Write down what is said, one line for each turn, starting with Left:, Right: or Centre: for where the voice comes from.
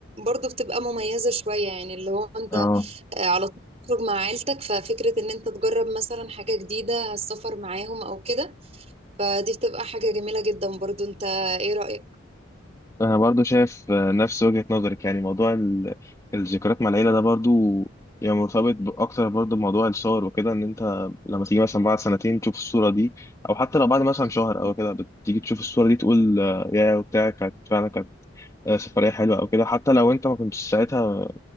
Right: برضو بتبقى مميزة شوية يعني اللي هو انت
Left: آه
Right: على تخرج مع عيلتك ففكرة ان انت تجرب مثلا حاجة جديدة السفر معاهم او كده فدي بتبقى حاجة جميلة جدا برضو انت ايه رأيك؟
Left: أنا برضو شايف آه، نفس وجهة نظرك يعني موضوع ال- الذكريات مع العيلة ده برضو يعني مرتبط ب- أكتر برضو بموضوع الصور وكده إن أنت لما تيجي مثلا بعد سنتين تشوف الصورة دي أو حتى لو بعد مثلا
Right: مم.
Left: شهر أو كده بتيجي تشوف الصورة دي تقول آه، يا وبتاع كانت فعلا كانت آه، سفرية حلوة أو كده حتى لو أنت ما كنتش ساعتها